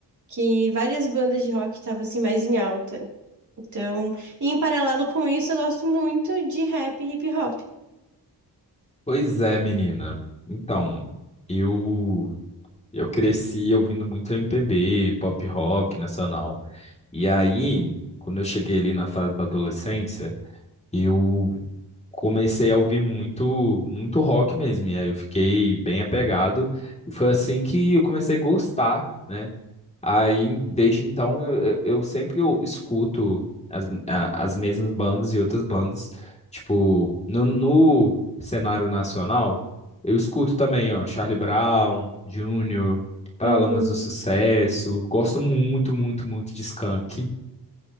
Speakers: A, on the right; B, on the left.
A: que várias bandas de rock estavam assim mais em alta. Então, e em paralelo com isso, eu gosto muito de rap e hip hop.
B: Pois é, menina. Então, eu eu cresci ouvindo muito MPB, pop rock nacional. E aí, quando eu cheguei ali na fase da adolescência, eu comecei a ouvir muito, muito rock mesmo. E aí eu fiquei bem apegado. E foi assim que eu comecei a gostar, né? Aí, desde então, eu, eu eu sempre eu escuto as, a- as mesmas bandas e outras bandas. Tipo, no, no cenário nacional, eu escuto também, ó, Charlie Brown, Júnior, Paralamas
A: Uhum.
B: do Sucesso. Gosto muito, muito, muito de Skank.